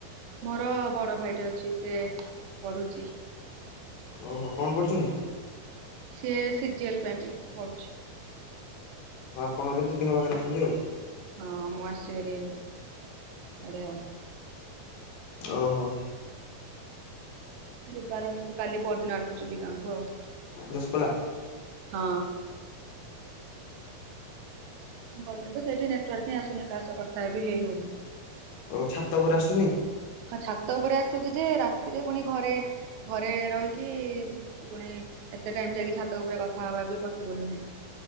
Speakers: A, on the right; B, on the left.
A: ମୋର ବଡ ଭାଇଟେ ଅଛି ସେ ପଢୁଛି।
B: ଓହୋ କଣ ପଢୁଛନ୍ତି?
A: ସିଏ ସିଜିଏଲ ପାଇଁ ବି ପଢ଼ୁଛି।
B: ହଁ ଆପଣ ଏବେ ଦିଦୀଙ୍କ ପାଖରେ ଅଛନ୍ତି ଆଉ
A: ହଁ ମୁଁ ଆସିଚି ବାରି ଇଆଡ଼େ ଆଉ
B: ଓ ହୋ।
A: ଯିବାର ଅଛି କାଲି ପର ଦିନ ଆଡକୁ ଯିବି ଗାଁକୁ ଆଉ
B: ଦଶପଲା।
A: ହଁ। ଗଲେ ତ ସେଇଠି ନେଟୱାର୍କି ହିଁ ଆସୁନି କାହା ସ କଥା ହେବି ହେଇ ହଉନି?
B: ଓ ଛାତ ଉପରେ ଆସୁନି?
A: ହଁ ଛାତ ଉପରେ ଆସୁଛି ଯେ ରାତିରେ ପୁଣି ଘରେ ଘରେ ରହିକି ପୁଣି ଏତେ ଟାଇମ ଯାଇକି ଛାତ ଉପରେ କଥା ହବା ବି ପସିବୁଲ ନୁହେଁ।